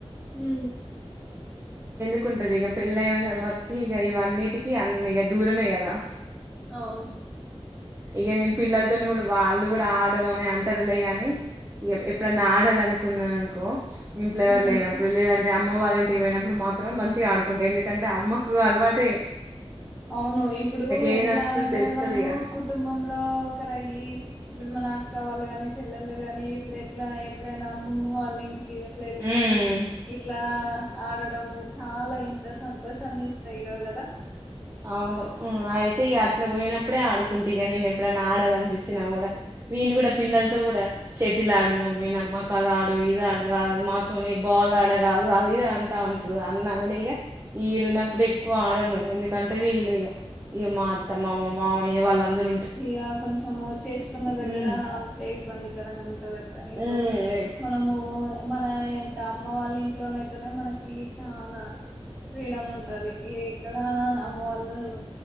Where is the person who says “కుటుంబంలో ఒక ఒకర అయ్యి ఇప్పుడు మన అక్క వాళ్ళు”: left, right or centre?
Centre